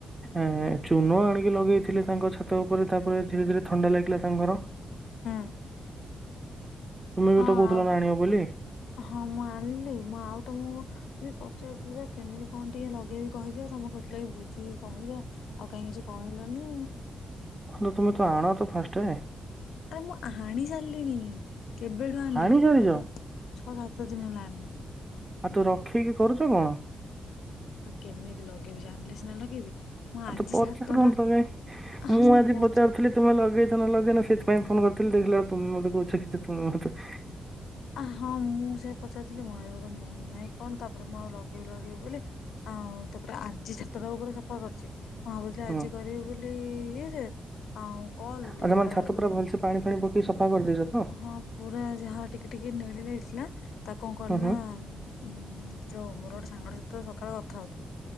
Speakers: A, on the right; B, on the left.
A: ଏ ଚୁନ ଆଣିକି ଲଗେଇଥିଲେ ତାଙ୍କ ଛାତ ଉପରେ ତାପରେ ଧୀରେ ଧୀରେ ଥଣ୍ଡା ଲାଗିଲା ତାଙ୍କ ଘର।
B: ହୁଁ
A: ବି
B: ହଁ
A: ତ କହୁଥିଲ
B: ଆଉ
A: ନା ଆଣିବ ବୋଲି
B: ହଁ ମୁଁ ଆଣିଲି ମୁଁ ଆଉ ତମୁକୁ ବି ପଚାରୁଥିଲି ବା କେମିତି କଣ ଟିକେ ଲଗେଇବି କହି ଦିଅ ତମେ କହି ଥିଲ କି ବୁଝିକି କହିବ ଆଉ କାହିଁ କିଛି କହିଲନି।
A: ହଁ, ତ ତୁମେ ଆଣ ତ ଫାଷ୍ଟେ।
B: ଆରେ ମୁଁ ଆଣି ସାରିଲିଣି। କେବେଠୁ ଆଣିଲିଣି
A: ଆଣି ସାରିଛ।
B: ପାଖା ଛଅ ସାତ ସାତ ଦିନି ହେଲା ଆଣିଲିଣି।
A: ଆଉ ତ ରଖିକି କରୁଛ କଣ।
B: ଆଉ କେମିତି ଲଗେଇବି ଜାଣିଲେ ସିନା ଲଗେଇବି। ମୁଁ
A: ଆଉ
B: ଆଜି
A: ତ ପଚାରୁ
B: ସାତଟା
A: ନ ଥିଲ ତ କାଇଁ
B: ଆହା
A: ମୁଁ ଆଜି
B: ପଚାରି
A: ପଚାରୁଥିଲି ତୁମେ ଲଗେଇଚ ନା ଲଗେଇନ ସେଥିପାଇଁ ଫୋନ କରିଥିଲି ଦେଖିଲା ବେଳୁ ତୁମେ ମତେ କହୁଛ କି ତୁମେ ମତେ
B: ଆ ହଁ ମୁଁ ସେୟା ପଚାରୁଥିଲି ମୁଁ ଭାବିଲି ବୋଧେ ମୁଁ ନାଇଁ କଣ ତାପରେ ମୁଁ ଆଉ ଲଗେଇବି ଲଗେଇବି ବୋଲି ଆଉ ତାପରେ ଆଜି ଛାତଟା ଉପରେ ସଫା କରିଛି ମୁଁ ଭାବୁଥିଲି ଆଜି
A: ହଁ
B: କରିବି ବୋଲି ଇଏ ଯେ ଆଉ କଲ ଦେଖିଲା
A: ଆଚ୍ଛା ମାନେ ଛାତ
B: ବେଳୁ
A: ପୁରା ଭଲସେ ପାଣି ଫାଣି ପକେଇକି ସଫା କରିଦେଇଛ ତ?
B: ହଁ ପୁରା ଯାହା ଟିକେ ଟିକେ ନୀଳି ଲାଗି ଥିଲା। ତାକୁ କଣ କଲି
A: ହୁଁ ହୁଁ
B: ନା ଉଁ ଯୋଉ ମୋର ଗୋଟେ ସାଙ୍ଗ ଟେ ସହିତ ସକାଳେ କଥା ହଉଥିଲି